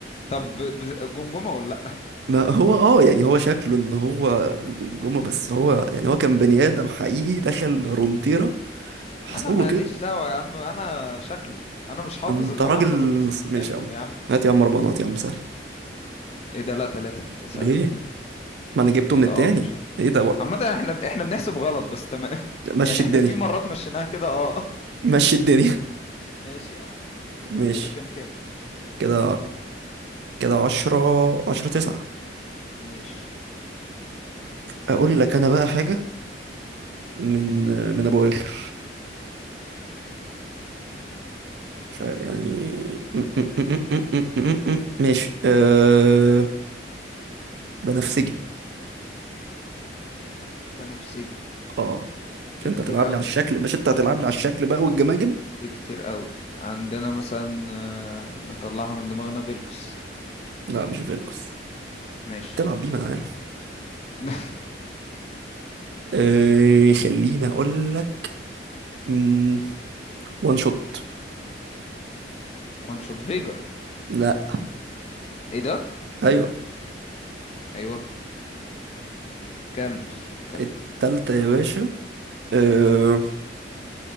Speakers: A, on the left; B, on the right.
A: طب ب- ب- جمجمة ولا لا
B: ما هو اه يعني هو شكله ان هو بجمجمة بس هو يعني هو كان بني ادم حقيقي دخل رونتيرا حصل
A: انا ماليش
B: له كده
A: دعوة يا عم انا شكله انا مش حافظ
B: انت
A: وانا
B: راجل
A: هحفظ القصص
B: نص-
A: بتاعتهم
B: ماشي يا عم
A: يا عم
B: هات يا عم اربعة نقط يا عم سهل
A: ايه ده لا ثلاثة ما انت سألت
B: ليه
A: اتنين
B: ما انا جبته
A: ايه
B: من
A: ده
B: التاني
A: اه مش
B: ايه ده و-
A: عامة احنا بن- احنا بنحسب غلط بس تمام <laughs>
B: مشي
A: يعني احنا
B: الدنيا
A: في مرات مشيناها كده اه <laughs>
B: مشي الدنيا
A: ماشي يا عم
B: <laughs> ماشي
A: كده كام كام
B: كده كده عشرة عشرة تسعة
A: ماشي
B: أقول لك أنا بقى حاجة من من أبو آخر مش عارف يعني م- م- م- م- م- م- م- م- ماشي أه... بنفسجي
A: بنفسجي
B: اه مش
A: في
B: انت
A: كتير
B: هتلعب
A: قوي
B: لي على الشكل مش انت هتلعب لي على الشكل بقى والجماجم
A: في كتير قوي عندنا مثلا آه، نطلعها من دماغنا فيلكوس
B: لا مش فيلكس
A: ماشي
B: بتلعب بيه ما انا عارف
A: <laughs>
B: أه... خليني اقول لك مم، وان شوت
A: ونشوط فيجر
B: لا
A: ايه ده
B: ايوه
A: ايوه كمل كمل
B: التالتة يا باشا آه،